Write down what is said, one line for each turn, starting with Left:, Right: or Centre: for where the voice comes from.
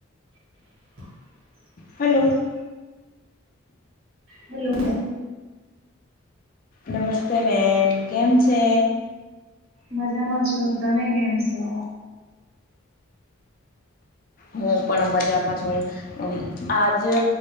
Right: <inaudible>
Left: Hello
Right: <inaudible> hello
Left: નમસ્તે બેન કેમ છે?
Right: મજામાં છો તમે કેમ છો?
Left: હું પણ મજામાં છું આજે